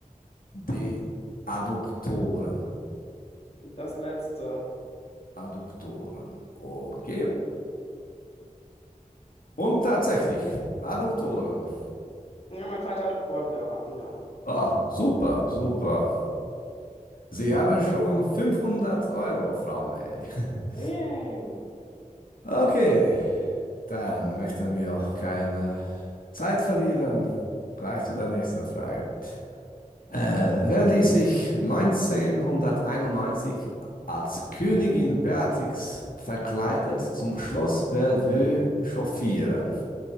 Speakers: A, on the left (about 85°); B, on the left (about 45°).
A: D. Adduktoren.
B: Und das Letzte.
A: Adduktoren. Okay. Und tatsächlich, Adduktoren.
B: Ja, mein Vater ist Sportlehrer, ja.
A: Ah, super, super. Sie haben schon 500 Euro, Frau May. <laughs>
B: Yay.
A: Okay, dann möchten wir auch keine Zeit verlieren. Gleich zu der nächsten Frage. Äh, wer ließ sich 1991 als Königin Beatrix verkleidet zum Schloss Bellevue chauffieren?